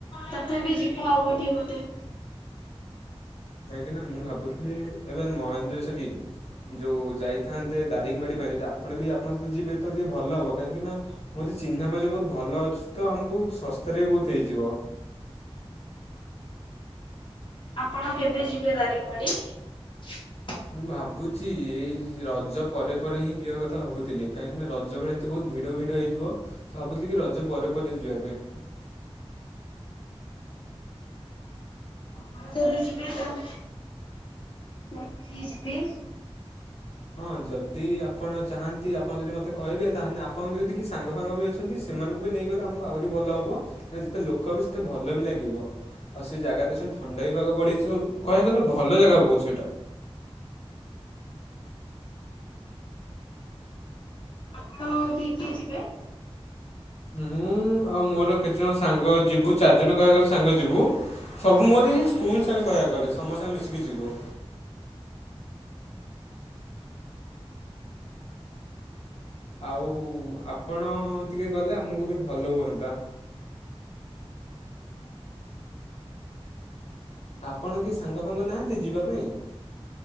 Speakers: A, on the left; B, on the left.
A: ତଥାପି ଯିବୁ ଆଉ କୋଉଠିକି ଗୋଟେ।
B: କାହିଁକି ନା ମୁଁ ଭାବୁଥୁଲି ଏବେ ମହେନ୍ଦ୍ର ସରି ଯୋଉ ଯାଇଥାନ୍ତେ ଦାରିଙ୍ଗବାଡି ପାଇଁ ଯଦି ଆପଣ ବି ଆପଣଙ୍କ ସହିତ ଯିବେ ତ ଟିକେ ଭଲ ହବ କାହିଁକି ନା ମୋର ଚିହ୍ନା ପରିଚିତ ବହୁତ ଭଲ ଅଛି ତ ଆମକୁ ଶସ୍ତାରେ ବହୁତ ହେଇଯିବ।
A: ଆପଣ କେବେ ଯିବେ ଦାରିଙ୍ଗବାଡ଼ି?
B: ମୁଁ ଭାବୁଚି, ଏଇ ରଜ ପରେ ପରେ ହିଁ ଯିବା କଥା ଭାବୁଥିଲି, କାହିଁକିନା ରଜ ବେଳେ ଏତେ ବହୁତ ଭିଡ ଭିଡ ହେଇଥିବ ତ ଭାବୁଥିଲି କି ରଜ ପରେ ପରେ ଯିବା ପାଇଁ।
A: ମୁଁ ଯଦି ଯିବ ତାହାନେ ହ ଯିବି
B: ହଁ ଯଦି ଆପଣ ଚାହାନ୍ତି ଆପଣ ଯଦି ମତେ କହିବେ ତାହେଲେ ଆପଣଙ୍କ ଯଦି କି ସାଙ୍ଗ ଫାଙ୍ଗ ବି ଅଛନ୍ତି ସେମାନଙ୍କୁ ବି ନେଇଗଲେ ଆମକୁ ଆହୁରି ଭଲ ହବ କାରଣ ଯେତେ ଲୋକ ହେବେ ସେତେ ଭଲ ବି ଲାଗିବ ଆଉ ସେ ଜାଗା ତ ସେ ଥଣ୍ଡା ହେଇବାକୁ ପଡିିଛି କହିବାକୁ ଗଲେ ଭଲ ଜାଗା ବହୁଛି ସେଇଟା।
A: ହଁ କିଏ କିଏ ଯିବେ।
B: ମୁଁ ଆଉ ମୋର କେତେ ଜଣ ସାଙ୍ଗ ଯିବୁ ଚାରି ଜଣ କହିବାକୁ ଗଲେ ସାଙ୍ଗ ଯିବୁ। ସବୁ ମୋରି ସ୍କୁଲ ତାଙ୍କୁ କହିବାକୁ ଗଲେ ସମସ୍ତେ ଆମେ ମିଶିକି ଯିବୁ। ଆଉ ଆପଣ ଟିକେ ଗଲେ ଆମକୁ ବି ଭଲ ହୁଅନ୍ତା। ଆପଣ କି ସାଙ୍ଗ ଫାଙ୍ଗ ନାହାନ୍ତି ଯିବା ପାଇଁ?